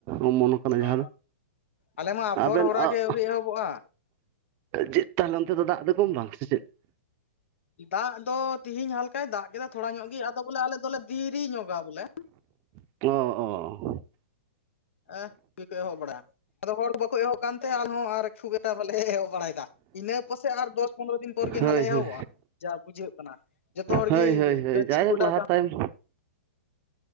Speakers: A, on the right (about 30°); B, on the left (about 70°).
A: ᱚᱢᱚᱱᱚᱜ,
B: ᱚ
A: ᱡᱟᱦᱟᱸ ᱫᱚ
B: ᱟᱞᱮ ᱢᱟ ᱟᱯᱷᱚᱨ
A: ᱟᱵᱮᱱ
B: ᱦᱚᱨᱟ
A: -ᱟᱜ
B: ᱜᱮ ᱟᱹᱣᱨᱤ ᱮᱦᱚᱵᱚᱜᱼᱟ
A: ᱪᱮᱫ ᱛᱟᱦᱚᱞᱮ ᱚᱱᱛᱮ ᱫᱚ ᱫᱟᱜ ᱫᱚ ᱠᱚᱢ ᱵᱟᱝ ᱥᱮ ᱪᱮᱫ
B: ᱫᱟᱜ ᱫᱚ ᱛᱤᱦᱤᱧ ᱦᱟᱞᱠᱟᱭ ᱫᱟᱜ ᱠᱮᱫᱟ ᱛᱷᱚᱲᱟ ᱧᱚᱜ ᱜᱮ ᱟᱫᱚ ᱵᱚᱞᱮ ᱟᱞᱮ ᱫᱚᱞᱮ ᱫᱮᱨᱤ ᱧᱚᱜᱟ ᱵᱚᱞᱮ,
A: ᱚ ᱚ ᱚ
B: ᱮᱸ ᱪᱤᱠᱟᱹ ᱮᱦᱚᱵ ᱵᱟᱲᱟᱭᱟ ᱟᱫᱚ ᱦᱚᱲ ᱠᱚ ᱵᱟᱠᱚ ᱮᱦᱚᱵ ᱠᱟᱱ ᱛᱮ ᱟᱞᱮ ᱦᱚᱸ ᱟᱨ ᱠᱷᱩᱵ ᱮᱠᱴᱟ ᱵᱟᱞᱮ ᱮᱦᱚᱵ ᱵᱟᱲᱟᱭᱮᱫᱟ᱾ ᱤᱱᱟᱹ ᱯᱟᱥᱮ ᱟᱨ ᱫᱚᱥ ᱯᱚᱱᱨᱚ ᱫᱤᱱ ᱯᱚᱨ ᱜᱮ
A: ᱦᱳᱭ
B: ᱱᱜᱟᱸᱜ ᱞᱮ
A: ᱦᱳᱭ
B: ᱮᱦᱚᱵᱚᱜᱼᱟ ᱡᱟ ᱵᱩᱡᱷᱟᱹᱜ ᱠᱟᱱᱟ, ᱡᱚᱛᱚ ᱦᱚᱲ
A: ᱦᱳᱭ
B: ᱜᱮ
A: ᱦᱳᱭ ᱦᱳᱭ
B: ᱜᱟᱹᱪᱷᱤ
A: ᱡᱟᱭᱦᱳᱠ
B: ᱜᱚᱰᱟ
A: ᱞᱟᱦᱟ ᱛᱟᱭ